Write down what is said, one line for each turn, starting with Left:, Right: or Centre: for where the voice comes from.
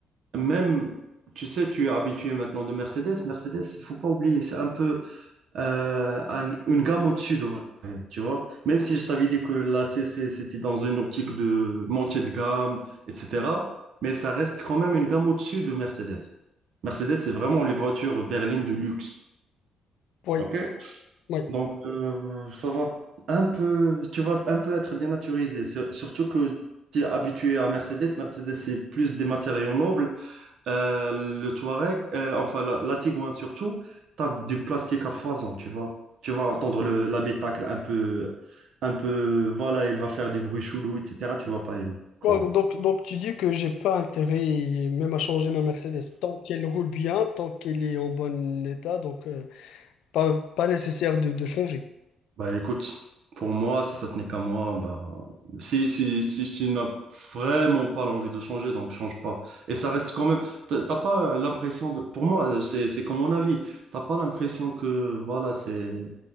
Right: même, tu sais, tu es habitué maintenant de Mercedes. Mercedes, il faut pas oublier, c'est un peu, euh, un- une gamme au-dessus de vous tu vois. Même si je t'avais dit que la CC, c'était dans une optique de montée de gamme, etc. Mais ça reste quand même une gamme au-dessus de Mercedes. Mercedes, c'est vraiment les voitures berlines de luxe.
Left: Oui,
Right: OK?
Left: oui.
Right: Donc, euh, ça va un peu, tu vas un peu être dénaturisé. C'est- Surtout que tu es habitué à Mercedes. Mercedes, c'est plus des matériaux nobles. Euh, le Touareg, euh, enfin la, la Tigouane surtout, tape du plastique à foison, tu vois. Tu vas entendre le, l'habitacle un peu, un peu, voilà, il va faire des bruits chelous, etc. Tu vas pas aimer, crois-moi.
Left: Bon, donc, donc tu dis que j'ai pas intérêt même à changer ma Mercedes. Tant qu'elle roule bien, tant qu'elle est en bon état, donc euh, pas, pas nécessaire de, de changer.
Right: Bah écoute, pour moi, si ça tenait qu'à moi, bah, si, si, si tu n'as vraiment pas l'envie de changer, donc change pas. Et ça reste quand même, t'as t'as pas l'impression de, pour moi, c'est, c'est comme mon avis, t'as pas l'impression que, voilà, c'est,